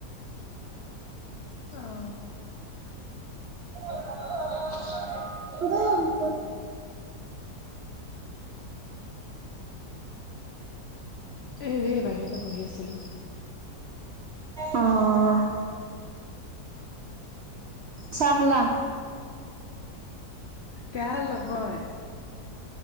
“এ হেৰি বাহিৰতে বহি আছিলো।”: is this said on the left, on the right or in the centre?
Left